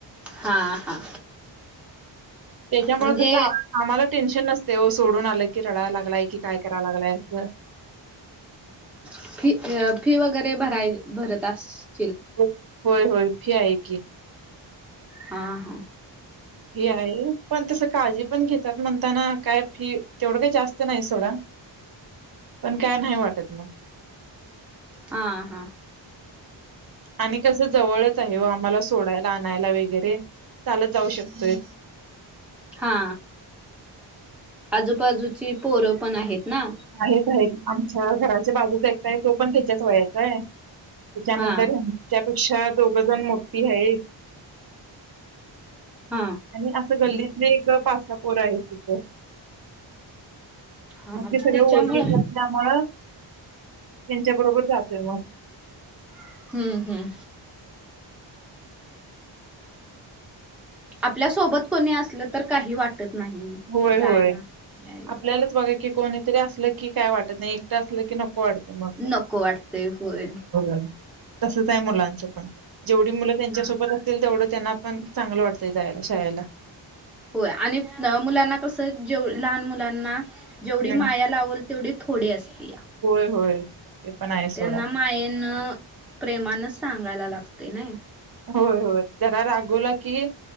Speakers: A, in the centre; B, on the right (about 50°).
A: हा हा
B: त्याच्यामुळे
A: म्हणजे
B: कस आम्हाला टेन्शन नसते ओ सोडून आला की रडायला लागलाय की काय कराय लागलाय ह
A: फी वगैरे भरावी
B: होय होय फी आहे की
A: हा हा
B: फी आहे पण तस काळजी पण घेतात म्हणताना काय फी तेवढं काही जास्त नाही सोडा पण काय नाही वाटत मग
A: हा हा
B: आणि कस जवळच आहे ओ आम्हाला सोडायला आणायला वगैरे चालत जाऊ शकतोय
A: हा आजूबाजूची पोरं पण आहेत ना
B: आहेत आहेत आमच्या घराच्या बाजूचा एक आहे तो पण त्याच्याच वयाचा आहे त्याच्यानंतर
A: हा
B: अशा दोघं जण मोठी आहेत
A: हा
B: आणि गल्लीतले एक पाच सहा पोर आहे तिथं
A: हा
B: मग ते सगळे
A: त्याच्यामुळे
B: ओळखीचे असल्यामुळे त्यांच्या बरोबर जात आहे ना
A: हम्म हम्म आपल्या सोबत कोणी असलं तर काही वाटत वाटत नाही
B: होय
A: जायला
B: होय
A: - यायला.
B: आपल्यालाच बघा की कोणीतरी असलं की काय वाटत नाही एकट असलं की नको. वाटते मग
A: नको वाटते होय
B: ह तसच आहे मुलांचं पण जेवढी मुलं त्यांच्यासोबत
A: हा
B: असतील तेवढंच त्यांना पण चांगलं वाटतय जायला शाळेला
A: हो आणि मुलांना कसं जेवढी लहान मुलांना जेवढी
B: हम्म,
A: माया लावल तेवढी थोडे असते या
B: होय होय ते पण आहे सोडा
A: त्यांना मायेन प्रेमानच सांगायला लागते नाय
B: होय होय जरा रागवला की